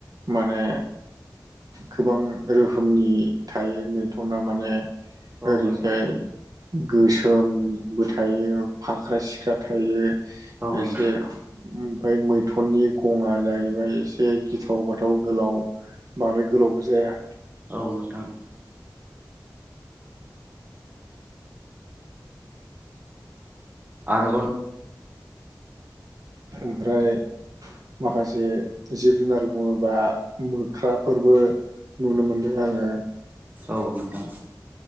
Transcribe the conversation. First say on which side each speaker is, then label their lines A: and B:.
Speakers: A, on the right (about 55°); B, on the right (about 25°).
A: माने गोबां रोखोमनि थायो मैथना माने
B: औ
A: ओरैजाय
B: नोंथां
A: गोसोमबो थायो फाख्रा सिख्रा थायो
B: औ
A: एसे
B: नोंथां
A: ओमफ्राय मैथुननि गङा जाहैबाय एसे गिथाव बाथाव गोलाव बांद्राय गोलावबो जाया
B: औ नोंथां आरोबाव
A: ओमफ्राय माखासे जिब-जुनार बुङोबा मोख्राफोरबो नुनो मोनदों आङो
B: औ नोंथां